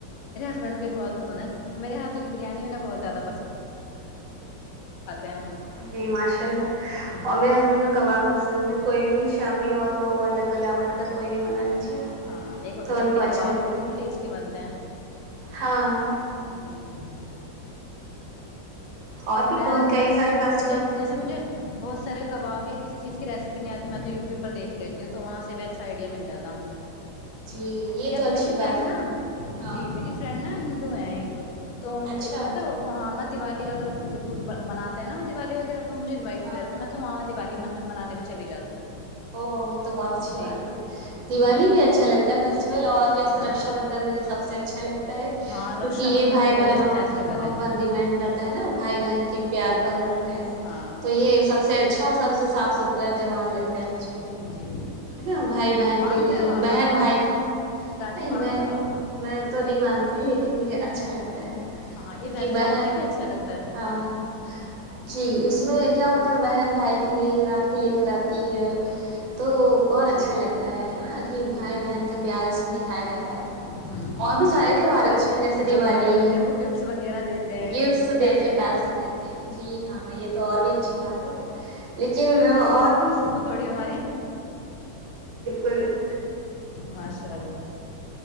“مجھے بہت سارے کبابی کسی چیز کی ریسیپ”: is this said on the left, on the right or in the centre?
Left